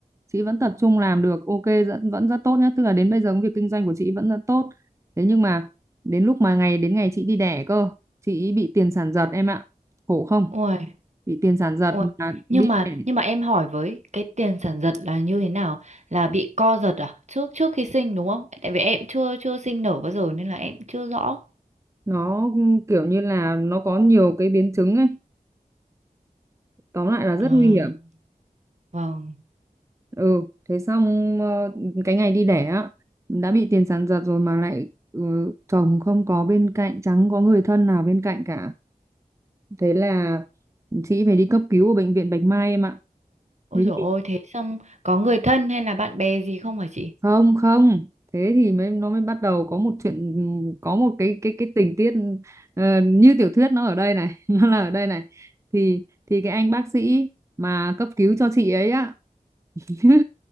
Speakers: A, on the right; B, on the right.
A: chị vẫn tập trung làm được ok vẫn vẫn rất tốt nhá tức là đến bây giờ công việc kinh doanh của chị vẫn rất tốt thế nhưng mà đến lúc mà ngày đến ngày chị đi đẻ cơ chị ấy bị tiền sản giật em ạ khổ không
B: Ôi.
A: bị tiền sản giật
B: Ôi,
A: mà đi
B: nhưng mà
A: để
B: nhưng mà em hỏi với cái tiền sản giật là như thế nào? Là bị co giật à? Trước trước khi sinh đúng không? Tại vì em chưa chưa sinh nở bao giờ nên là em chưa rõ.
A: nó kiểu như là nó có nhiều cái biến chứng ấy tóm lại là rất
B: À,
A: nguy hiểm
B: vâng.
A: ừ thế xong ờ, cái ngày đi đẻ á đã bị tiền sản giật rồi mà lại ừ, chồng không có bên cạnh chẳng có người thân nào bên cạnh cả thế là chị phải đi cấp cứu ở bệnh viện Bạch Mai em ạ
B: Ôi
A: thế
B: dồi ôi thế xong có người thân hay là bạn bè gì không hả chị?
A: không không thế thì mới nó mới bắt đầu có một chuyện có một cái cái cái tình tiết ờ, như tiểu thuyết nó ở đây này <laughs> nó là ở đây này thì thì cái anh bác sĩ mà cấp cứu cho chị ấy á <laughs>